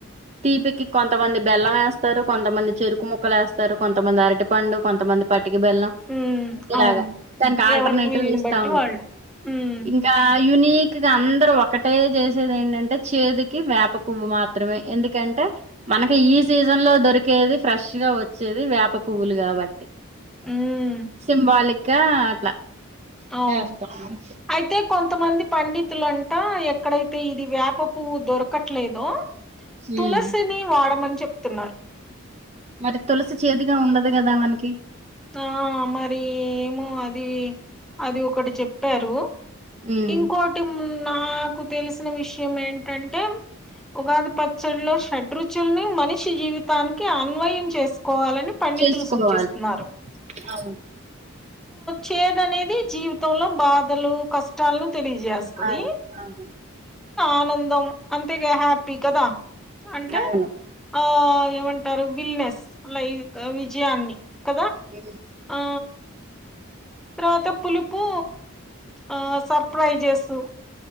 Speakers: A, on the right; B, in the centre.
A: తీపికి కొంతమంది బెల్లం వేస్తారు కొంతమంది చెరుకు ముక్కలు వస్తారు కొంతమంది అరటి పండు కొంతమంది పట్ టికి బెల్లం
B: మ్మ్
A: ఇలాగ
B: అవును
A: దానికి ఆల్టర్నేటివ్
B: ఎవరికి వీళ్ళని
A: వేస్తా
B: బట్టి
A: ఉంటారు
B: వాళ్ళు మ్మ్
A: ఇంకా యునీక్ గా అందరుూ ఒకటే చేసేది ఏంటంటే చేతికి వేప పువ్వు మాత్రమే ఎందుకంటే అ మనకి ఈ సీజన్ లో దొరికేది ఫ్రెష్గా వచ్చేది వేప పువ్వులు కాబట్టి
B: మ్మ్
A: సింబాలిక్ ఇంకా అట్లా
B: అవును
A: వస్తాను
B: అయితే కొంతమంది పండితులుంటా ఎక్కడైతే ఇది వేప పువ్వు దొరకట్లేదో తులసిని
A: ఉమ్
B: వాడమని చెప్తున్నారు
A: మరి తులసి చేతిగా ఉండదు కదా మనకి
B: ఆ మరి ఏమో అది అది ఒకటి చెప్పారు
A: ఉమ్
B: ఇంకోటి నాకు తెలిసిన విషయం ఏంటంటే ఉగాది పచ్చడిలో చెడు మనిషి జీవిత తానికి అన్వయం చేసుకోవాలని పండితులు
A: చేసుకోవాలి
B: సూచిస్తున్నారు
A: అవును
B: చేద అనేది జీవితంలో బాధలు కష్టాలను తెలిజస్తుంది
A: అవును
B: ఆనందం అంతేగా హ్యాపీ కదా అంటే
A: అవును అవును అవును
B: ఆ ఏమంటారు బ విిల్నెస్ల విజయాన్ని కదా
A: ఎ
B: ఆ తర్వాత పులుపు ఆ సర్ప్రై చేసు